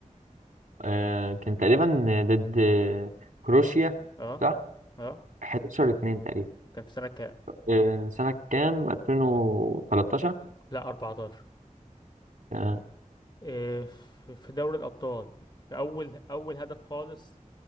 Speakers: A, on the right (about 75°); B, on the left (about 35°).
A: آه، كان تقريبا ضد آه، كروشيا
B: اه
A: صح
B: اه
A: 11 2 تقريبا
B: كان في سنه كام
A: آه، سنة كام 2013
B: لا 14
A: آه،
B: إيه في في دوري الابطال في اول اول هدف خالص